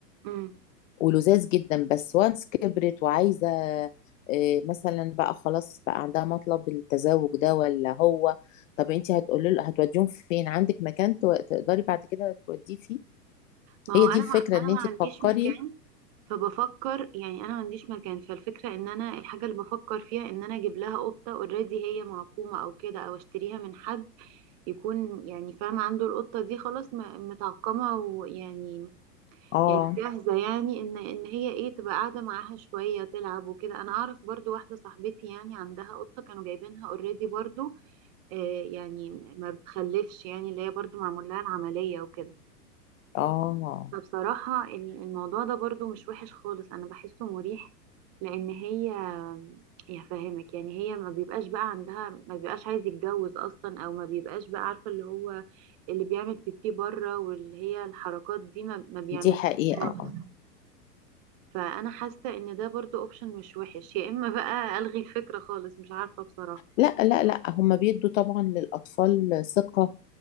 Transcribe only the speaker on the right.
امم
ما
هو
انا
ما...
انا ما
عنديش
مكان فبفكر يعني انا ما عنديش مكان فالفكره ان انا الحاجه اللي بفكر فيها ان انا اجيب لها قطه اوريدي هي معقومه او كده او اشتريها من حد يكون يعني فاهم عنده القطه دي خلاص م- متعقمه ويعني
يعني جاهزه يعني ان ان هي ايه تبقى قاعده معاها شويه تلعب وكده انا اعرف برضو واحده صاحبتي يعني عندها قطه كانوا جايبينها اوريدي برضو آه يعني ما بتخلفش يعني اللي هي برضو معمول لها العمليه وكده
فبصراحة ال- الموضوع ده برضو مش وحش خالص أنا بحسه مريح لأن هي يا فاهمك يعني هي ما بيبقاش بقى عندها ما بيبقاش عايز يتجوز أصلا أو ما بيبقاش بقى عارفة اللي هو اللي بيعمل بيبي بره واللي هي الحركات دي ما, ما بيعملهاش
خالص
فأنا حاسة إن ده برضو أوبشن مش وحش يا إما بقى ألغي الفكرة خالص مش عارفة بصراحة